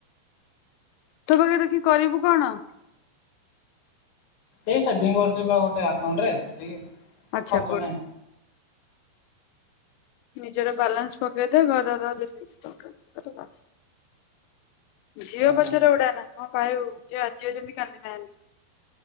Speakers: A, on the left (about 90°); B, on the left (about 55°).
A: ତୋ ପାଖରେ ରଖିକି କରିବୁ କଣ?
B: ଏଇ ସେଭିଙ୍ଗ କରୁଚି ପା ଗୋଟେ ଆକାଉଣ୍ଟ ରେ ସେତିକି।
A: ଆଚ୍ଛା
B: ଖର୍ଚ୍ଚ
A: ଗୁଡ଼୍।
B: ନାହିଁ
A: ନିଜର ବାଲାନ୍ସ ପକେଇଦେ ଘରର ଯେତିକି। <unintelligible> ଝିଅ
B: ଆଜ୍ଞା
A: ପଛରେ ଉଡାନା କଣ ପାଇବୁ, ଝିଅ ଆଜି ଅଛନ୍ତି କାଲି ନାହାନ୍ତି।